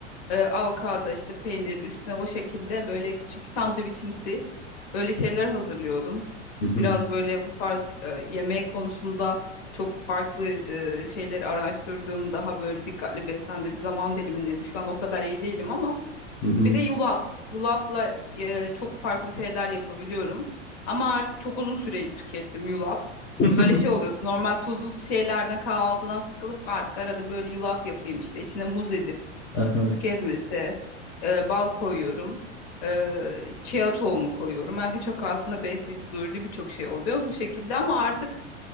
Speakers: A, on the left; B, on the left.
A: Ee, avokado işte peynir üstüne o şekilde böyle küçük sandviçimsi öyle şeyler hazırlıyordum.
B: Hı hı.
A: biraz böyle bu tarz e, yemeği konusunda çok farklı e, şeyleri araştırdığım daha böyle dikkatli beslendiğim zaman dilimindeydi. Şu an o kadar iyi değilim ama
B: Hı hı.
A: bir de yulaf. Yulafla e, çok farklı şeyler yapabiliyorum. Ama artık çok uzun süre tükettim yulaf.
B: <laughs>
A: Böyle şey oluyordu. Normal tuzlu şeylerden kahvaltıdan sıkılıp artık arada böyle yulaf yapayım işte içine muz ezip
B: Aha.
A: fıstık ezmesi, e, bal koyuyorum. E, chia tohumu koyuyorum. Yani birçok aslında besleyici, doyurucu birçok şey oluyor bu şekilde ama artık